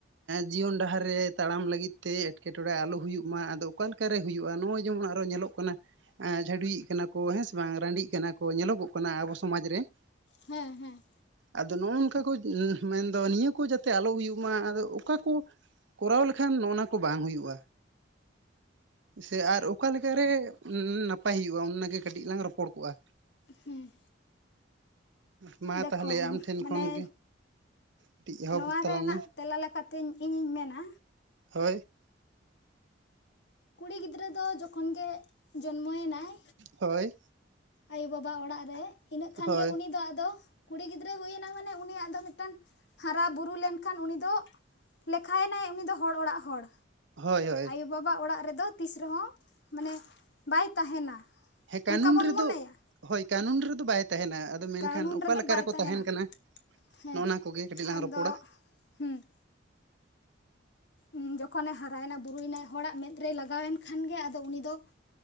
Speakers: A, on the right; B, on the left.
A: ᱡᱤᱭᱚᱱ ᱰᱟᱦᱟᱨ ᱨᱮ ᱛᱟᱲᱟᱢ ᱞᱟᱹᱜᱤᱫ ᱛᱮ ᱮᱴᱠᱮᱴᱚᱬᱮ ᱟᱞᱚ ᱦᱩᱭᱩᱜ ᱢᱟ ᱾ ᱟᱫᱚ ᱚᱠᱟᱞᱮᱠᱟᱨᱮ ᱦᱩᱭᱩᱜᱼᱟ? ᱱᱚᱜᱼᱚᱭ ᱡᱮᱢᱚᱱ ᱢᱟ ᱟᱨᱚ ᱧᱮᱞᱚᱜ ᱠᱟᱱᱟ ᱡᱷᱟᱹᱰᱩᱭᱤᱜ ᱠᱟᱱᱟ ᱠᱚ ᱦᱮᱸ ᱥᱮ ᱵᱟᱝ ᱨᱟᱺᱰᱤᱜ ᱠᱟᱱᱟ ᱠᱚ ᱧᱮᱞᱚᱜᱚᱜ ᱠᱟᱱᱟ ᱟᱵᱚ ᱥᱚᱢᱟᱡᱽ ᱨᱮ ᱾
B: ᱦᱮᱸ ᱦᱮᱸ
A: ᱟᱫᱚ ᱱᱚᱜᱼᱚᱝᱠᱟ ᱠᱚ ᱩᱦ ᱢᱮᱱ ᱫᱚ ᱱᱤᱭᱟᱹ ᱠᱚ ᱡᱟᱛᱮ ᱟᱞᱚ ᱦᱩᱭᱩᱜ ᱢᱟ ᱟᱫᱚ ᱚᱠᱟ ᱠᱚ ᱠᱚᱨᱟᱣ ᱞᱮᱠᱷᱟᱱ ᱱᱚᱜᱼᱱᱟ ᱠᱚ ᱵᱟᱝ ᱦᱩᱭᱩᱜᱼᱟ ᱥᱮ ᱟᱨ ᱚᱠᱟ ᱞᱮᱠᱟ ᱨᱮ ᱱᱟᱯᱟᱭ ᱦᱩᱭᱩᱜᱼᱟ ᱚᱱᱱᱟ ᱜᱮ ᱠᱟᱴᱤᱡ ᱞᱟᱝ ᱨᱚᱯᱚᱲ ᱠᱚᱜᱼᱟ
B: ᱦᱮ
A: ᱢᱟ
B: ᱫᱮᱠᱚᱢ
A: ᱛᱟᱦᱚᱞᱮ ᱟᱢ ᱴᱷᱮᱱ
B: ᱢᱟᱱᱮ
A: ᱠᱷᱚᱱ ᱜᱮ ᱠᱟᱹᱴᱤᱡ ᱮᱦᱚᱵ
B: ᱱᱚᱣᱟ
A: ᱛᱟᱞᱟᱝ
B: ᱨᱮᱱᱟᱜ
A: ᱢᱮ
B: ᱛᱮᱞᱟ ᱞᱮᱠᱟᱛᱮᱧ ᱤᱧᱤᱧ ᱢᱮᱱᱟ
A: ᱦᱳᱭ
B: ᱠᱩᱲᱤ ᱜᱤᱫᱽᱨᱟᱹ ᱫᱚ ᱡᱚᱠᱷᱚᱱ ᱜᱮ ᱡᱚᱱᱢᱚ ᱭᱮᱱᱟᱭ
A: ᱦᱳᱭ
B: ᱟᱭᱳ ᱵᱟᱵᱟ ᱚᱲᱟᱜ ᱨᱮ ᱤᱱᱟᱹᱜ ᱠᱷᱟᱱᱜᱮ
A: ᱦᱳᱭ
B: ᱩᱱᱤ ᱫᱚ ᱟᱫᱚ ᱠᱩᱲᱤ ᱜᱤᱫᱽᱨᱟᱹ ᱦᱩᱭᱱᱟ ᱢᱟᱱᱮ ᱩᱱᱤᱭᱟᱜ ᱫᱚ ᱢᱤᱫ ᱴᱟᱱ ᱦᱟᱨᱟᱼᱵᱩᱨᱩ ᱞᱮᱱᱠᱷᱟᱱ ᱩᱱᱤ ᱫᱚ ᱞᱮᱠᱷᱟᱭᱮᱱᱟᱭ ᱩᱱᱤ ᱫᱚ ᱦᱚᱲ ᱚᱲᱟᱜ ᱦᱚᱲ
A: ᱦᱳᱭ ᱦᱳᱭ
B: ᱟᱭᱳᱼᱵᱟᱵᱟ ᱚᱲᱟᱜ ᱨᱮ ᱫᱚ ᱛᱤᱥ ᱨᱮᱦᱚ ᱢᱟᱱᱮ ᱵᱟᱭ ᱛᱟᱦᱮᱱᱟ
A: ᱦᱮᱸ ᱠᱟᱱᱩᱱ
B: ᱚᱱᱠᱟ ᱵᱚᱱ
A: ᱨᱮ
B: ᱢᱚᱱᱮᱭᱟ
A: ᱫᱚ ᱦᱳᱭ ᱠᱟᱱᱩᱱ ᱨᱮ ᱫᱚ ᱵᱟᱭ ᱛᱟᱦᱮᱸᱱᱟ ᱟᱫᱚ ᱢᱮᱱᱠᱷᱟᱱ
B: ᱠᱟᱹᱱᱦᱩᱱ
A: ᱚᱠᱟ
B: ᱨᱮᱫᱚ
A: ᱞᱮᱠᱟ
B: ᱵᱟᱭ
A: ᱨᱮ ᱠᱚ
B: ᱛᱟᱦᱮᱱᱟ
A: ᱛᱟᱦᱮᱱ ᱠᱟᱱᱟ
B: ᱦᱮᱸ
A: ᱱᱚᱜᱼᱱᱟ ᱠᱚ ᱜᱮ ᱠᱟᱴᱤᱡ ᱞᱟᱝ
B: ᱟᱫᱚ
A: ᱨᱚᱯᱚᱲᱟ
B: ᱦᱩᱸ ᱩ ᱡᱚᱠᱷᱚᱱᱮ ᱦᱟᱨᱟᱭᱮᱱᱟ ᱵᱩᱨᱩᱭᱱᱟᱭ ᱦᱚᱲᱟᱜ ᱢᱮᱫ ᱨᱮᱭ ᱞᱟᱜᱟᱣᱮᱱ ᱠᱷᱟᱱ ᱜᱮ ᱟᱫᱚ ᱩᱱᱤ ᱫᱚ